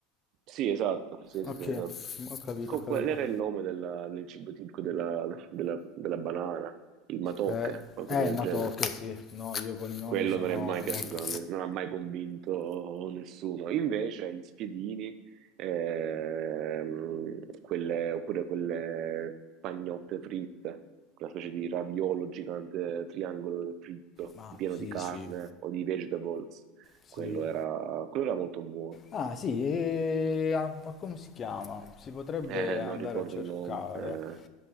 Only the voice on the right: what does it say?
sì, esatto, sì, sì,
sì, esatto.
Con-
Qual era il nome della- del cibo tipico della, della- della banana? Il matocche,
qualcosa
del
genere.
Quello
non è mai piaciuto,
a ne- non ha mai convinto nessuno. Invece gli spiedini, ehm, quelle- oppure quelle pagnotte fritte, una specie di raviolo gigante triangolo fritto,
pieno
di carne
o di vegetables,
quello era, quello era molto buono.
Eh, non
ricordo
il nome. Eh,